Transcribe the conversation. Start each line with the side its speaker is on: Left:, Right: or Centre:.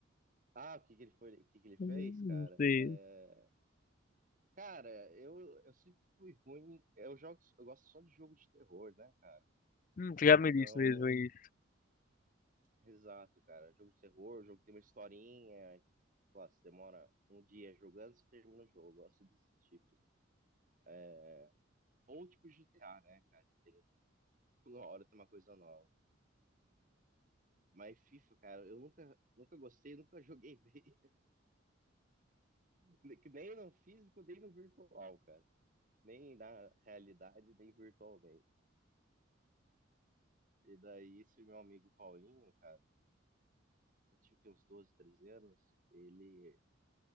Right: Ah, o que que ele foi, o que que ele fez,
Left: Não
Right: cara?
Left: sei.
Right: É, cara, eu, eu sempre fui ruim. Eu jogo, eu gosto só de jogo de terror, né, cara?
Left: Hum, tu já
Right: Então,
Left: me disse mesmo aí.
Right: exato, cara. Jogo de terror, jogo que tem uma historinha. que, sei você demora um dia jogando, você termina o jogo. Eu gosto desses tipos. É, ou tipo G T GTA, né, cara? Tem, toda hora tem uma coisa nova. Mas FIFA, cara, eu nunca, nunca gostei, nunca joguei <laughs> bem. Nem no físico, nem no virtual, cara. Nem na realidade, nem virtualmente. E daí, esse meu amigo Paulinho, cara, eu tinha que uns 12, 13 anos, ele,